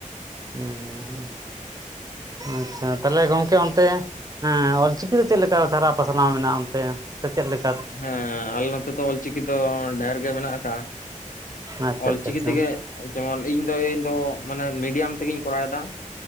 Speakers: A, on the right; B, on the left.
A: ᱦᱩᱸ ᱦᱩᱸ ᱦᱩᱸ
B: <inaudible>
A: ᱟᱪᱪᱷᱟ ᱛᱟᱦᱞᱮ ᱜᱚᱝᱠᱮ ᱚᱱᱛᱮ ᱦᱮᱸ ᱚᱞᱪᱤᱠᱤ ᱫᱚ ᱪᱮᱫ ᱞᱮᱠᱟ ᱪᱟᱨᱟ ᱯᱟᱥᱱᱟᱣ ᱢᱮᱱᱟᱜᱼᱟ ᱚᱱᱛᱮ ᱥᱮ ᱪᱮᱫ ᱞᱮᱠᱟ।
B: ᱦᱮᱸ ᱟᱞᱮ ᱱᱚᱛᱮ ᱫᱚ ᱚᱞᱪᱤᱠᱤ ᱫᱚ ᱰᱷᱮᱨ ᱜᱮ ᱢᱮᱱᱟᱜ ᱠᱟᱜᱼᱟ।
A: ᱟᱪᱪᱷᱟ
B: ᱚᱞᱪᱤᱠᱤ
A: ᱟᱪᱪᱷᱟ ᱟᱪᱪᱷᱟ
B: ᱛᱮᱜᱮ ᱡᱮᱢᱚᱱ ᱤᱧ ᱫᱚ ᱤᱧ ᱫᱚ ᱢᱟᱱᱮ ᱢᱤᱰᱤᱭᱟᱢ ᱛᱮᱜᱮᱧ ᱠᱚᱨᱟᱣᱮᱫᱟ।